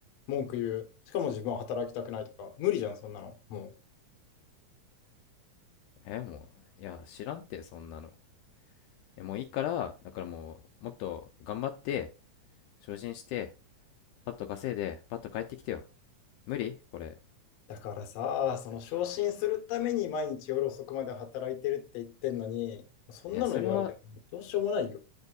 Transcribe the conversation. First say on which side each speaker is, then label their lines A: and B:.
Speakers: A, on the left; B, on the left.
A: 文句言う。しかも自分は働きたくないとか、無理じゃん、そんなの。もう。
B: えもういや知らんってそんなのえもういいからだからもうもっと頑張って昇進してパッと稼いでパッと帰ってきてよ無理これ
A: だからさ、その昇進するために毎日夜遅くまで働いてるって言ってんのに、そんなの言われてもどうしようもないよ。
B: いやそれは